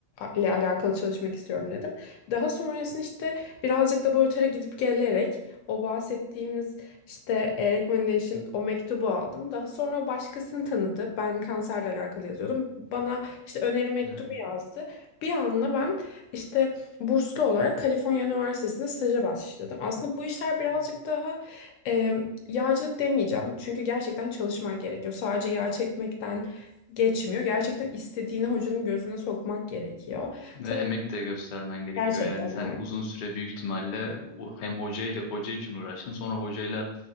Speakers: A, on the left; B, on the left.
A: ile alakalı çalışmak istiyorum dedim. Daha sonrasında işte birazcık laboratuvara gidip gelerek o bahsettiğimiz işte e, recommendation o mektubu aldım. Daha sonra o başkasını tanıdı. Ben kanserle alakalı yazıyordum. Bana işte öneri mektubu
B: Evet.
A: yazdı. Bir anda ben işte burslu olarak Kaliforniya Üniversitesi'nde staja başladım. Aslında bu işler birazcık daha e, yağcılık demeyeceğim. Çünkü gerçekten çalışmak gerekiyor. Sadece yağ çekmekten geçmiyor. Gerçekten istediğini hocanın gözüne sokmak gerekiyor.
B: Ve
A: Tabii
B: emek
A: ki
B: de göstermen gerekiyor
A: gerçekten
B: yani sen uzun süre büyük ihtimalle o- hem hocayla hoca için uğraştın sonra hocayla